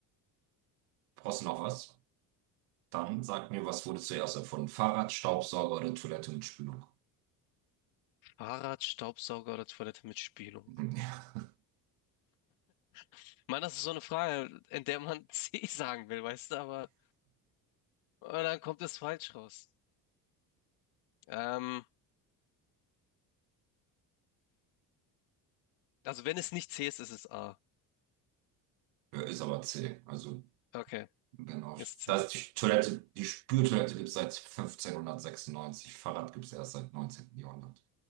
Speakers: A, on the right; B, on the left.
A: Brauchst du noch was? Dann sag mir, was wurde zuerst erfunden? Fahrrad, Staubsauger oder Toilette mit Spülung?
B: Fahrrad, Staubsauger oder Toilette mit Spülung?
A: <laughs>
B: Ich meine, das ist so eine Frage, in der man <laughs> C sagen will, weißt du, aber und dann kommt es falsch raus. Ähm, also wenn es nicht C ist, ist es A.
A: Ja, ist aber zäh. Also,
B: Okay,
A: genau.
B: ist C.
A: Da ist die Toilette, die Spültoilette gibt es seit 1596. Fahrrad gibt es erst seit 19. Jahrhundert.